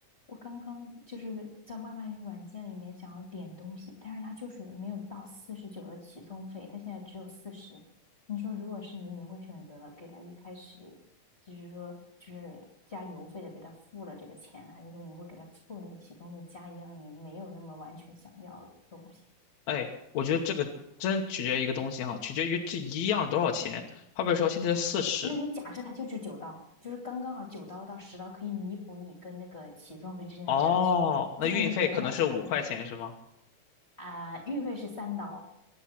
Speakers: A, on the left (about 20°); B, on the left (about 70°).
A: 我刚刚就是在外卖软件里面想要点东西，但是它就是没有到四十九的起送费，它现在只有四十。你说如果是你，你会选择给他一开始就是说就是加邮费的给他付了这个钱，还是说你会给他凑那个起送费加一样你没有那么完全想要的东西？
B: 哎，我觉得这个真取决于一个东西哈，取决于这一样多少钱。好比说现在是四十，
A: 那你假设它就是九刀，就是刚刚好九刀到十刀可以弥补你跟那个起送费之间的差距，
B: 哦，那运费可能是五块钱是吗？
A: 就像你点奶茶的时候啊、运费是三刀。